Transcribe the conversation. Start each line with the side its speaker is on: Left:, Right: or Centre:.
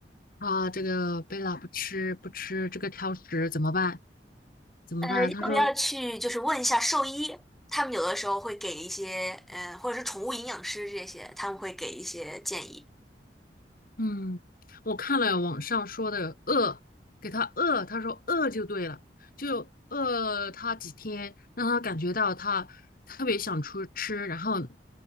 Left: 啊，这个贝拉不吃不吃这个挑食怎么办？怎么办？
Centre: 呃，
Left: 他说。
Centre: 要不要去就是问一下兽医？他们有的时候会给一些，嗯、或者是宠物营养师这些，他们会给一些建议。
Left: 嗯，我看了网上说的饿，给他饿，他说饿就对了，就饿他几天，让他感觉到他特别想出吃，然后